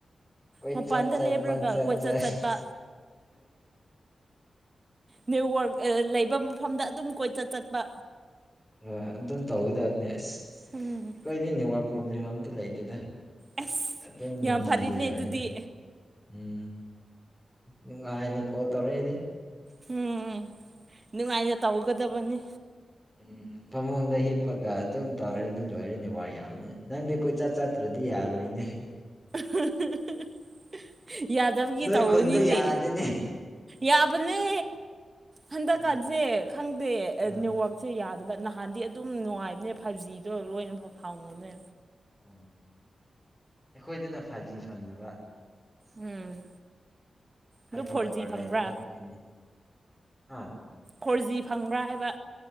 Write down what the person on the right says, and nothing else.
ꯃꯄꯥꯟꯗ
ꯂꯦꯞꯔꯒ
ꯀꯣꯏꯆꯠ
ꯆꯠꯄ ꯅꯦꯠꯋꯔꯛ ꯂꯩꯕ ꯃꯐꯝꯗ ꯑꯗꯨꯝ ꯀꯣꯏꯆ ꯆꯠꯄ
ꯎꯝ
ꯑꯁ
ꯌꯥꯝ ꯐꯔꯤꯅꯦ
ꯑꯗꯨꯗꯤ
ꯎꯝ ꯅꯨꯡꯉꯥꯏꯅ ꯇꯧꯒꯗꯕꯅꯤ
<inaudible> <unintelligible> ꯌꯥꯗꯕꯒꯤ
ꯇꯧꯕꯅꯤꯅꯦ
ꯌꯥꯕꯅꯦ ꯍꯟꯗꯛꯀꯥꯟꯁꯦ
ꯈꯪꯗꯦ
ꯅꯦꯠꯋꯥꯛꯁꯦ ꯌꯥꯗꯕ ꯅꯍꯥꯟꯗꯤ ꯑꯗꯨꯝ ꯅꯨꯡꯉꯥꯏꯅꯦ ꯐꯥꯏꯚ ꯖꯤꯗꯣ ꯂꯣꯏꯅꯐꯥꯎ ꯐꯪꯉꯣꯅꯦ
ꯎꯝ
ꯑꯗꯣ ꯐꯣꯔ
ꯖꯤ ꯐꯪꯕ꯭ꯔꯥ
ꯐꯣꯔ ꯖꯤ ꯐꯪꯕ꯭ꯔꯥ ꯍꯥꯏꯕ